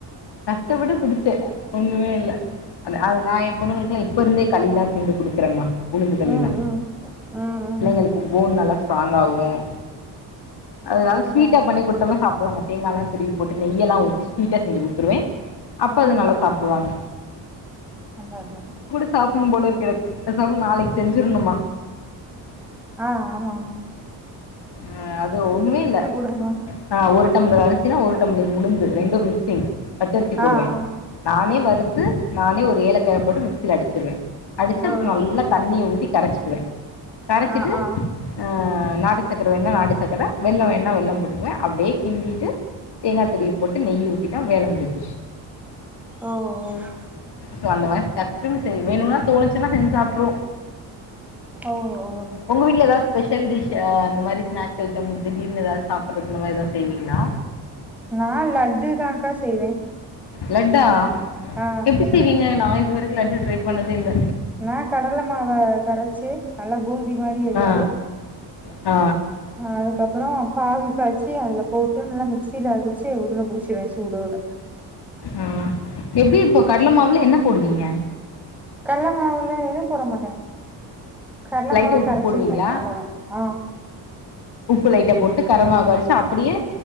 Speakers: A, on the left; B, in the centre.
A: கஷ்டப்பட்டு
B: ஆ
A: குடிச்சே ஒண்ணுமே இல்ல அ அத நா ஏம் பொண்ணுங்களுக்ல்லா இப்பே இருந்தே கலிதா கிண்டி குடுக்குறோ மா உளுந்து கலிதா
B: ம் ம் ம் ம்
A: பிள்ளைங்களுக்கு போன் நல்லா ஸ்ட்ராங் ஆகும் அது
B: அதா
A: சுவீட்டா
B: அதா
A: பண்ணி கொடுத்தோம்னா சாப்பிடுவாங்க தேங்கால்லா திருவி போட்டு நெய்ல்லா ஊத்தி ஸ்வீட்டா செஞ்சு கொடுத்துருவே அப்ப
B: ஆமாங்க்கா
A: அது நல்லா சாப்பிடுவாங்க
B: அதா அதா
A: சாப்பட்னோம் போல இருக்கு பேசாம நாளைக்கி செஞ்சிட்ணுமா
B: ஆஹ் ஆமா ஆமாங்
A: ஆ அது ஒண்ணுமே இல்ல
B: எனக் வேண்டா
A: ஆ ஒரு டம்ளர் அரிசினா ஒரு டம்ளர் உளுந்து ரெண்டூ மிக்சிங் பச்சரிசி போடுவே
B: ஆ ஆ
A: நானே வறுத்து நானே ஒரு ஏலக்காய போட்டு மிக்சியில அடிச்சிருவே அடிச்சு அப்புறோ
B: ஓ ஓ
A: நல்லா தண்ணிய ஊத்தி கரைச்சிக்குவே கரைச்சிட்டு
B: ஆ ஆ
A: ஆ நாட்டு சக்கர வேண்ணா நாடு சக்கர வெள்ளோ வேண்ணா வெள்ளோ போட்டுக்குவே அப்படியே கிண்டிட்டு தேங்காய் த்ரூவி போட்டு நெய் ஊத் போட் இதா வேல முடிஞ்
B: ஓ ஓ
A: சோ அந்த மாரி டக்குனூ செய்வே வேணும்னா தோணுச்சுன்னா செஞ்சு சாப்பிட்றுவோ
B: ஓ ஓ
A: உங்கவீட்ல எதாவது ஸ்பெஷல் டிஷ் அ அந்த மாரி ஸ்நேக்ஸ் ஐட்டம் திடீர்னு ஏதாவது சாப்பிட்றதுன்னு இந்த மாரி எதாவது செய்வீங்களா
B: நா லட்டுதாங்கா செய்வே
A: லட்டா
B: ஆ
A: எப்டி செய்வீங்க நா இது வரைக்கும் லட்டு ட்ரை பண்ணதே இல்ல
B: நா கடலை மாவ கரைச்சு நல்லா பூந்தி மாதிரி எடுத்து
A: ஆ ஆ
B: அதுக்கப்புறோ பாகு காய்ச்சி அதுல போட்டு நல்லா மிக்சியில அடிச்சு உருண்ட புடிச்சிருவே சூடோட
A: ம் எப்டி இப்போ கடல மாவுல என்ன போடுவீங்க
B: கல்ல மாவுல எதுவும் போட மாட்டே கடலை
A: லைட்டாக
B: மாவ
A: உப்பு
B: கரைச்சிருப்பே
A: போடுவீங்களா
B: அவ்ளோதா ஆ
A: உப்பு லைட்ட போட்டு கடல் மாவு கரச்சி அப்டியே